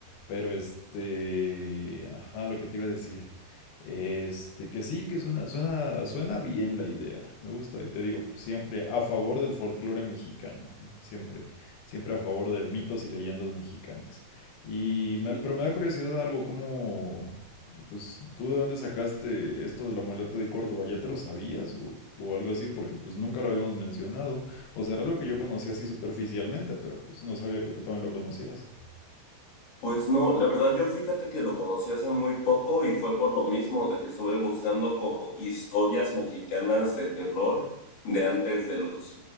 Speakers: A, on the left; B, on the left.
A: Pero este, ajá, lo que te iba a decir. Este, que sí, que suena, suena, suena bien la idea. Me gusta y te digo, pues, siempre a favor del folclore mexicano, siempre, siempre a favor de mitos y leyendas mexicanas. Y me-
B: <laughs>
A: pero me da curiosidad algo como, pues, ¿tú de dónde sacaste esto de la mulata de Córdoba? ¿Ya te lo sabías o, o algo así? Porque pues nunca lo habíamos mencionado. O sea, era lo que yo conocía así superficialmente, pero pues no sabía que tú también lo conocieras.
B: Pues no, la verdad yo fíjate que lo conocí hace muy poco y fue por lo mismo de que estuve buscando como historias mexicanas de terror de antes de los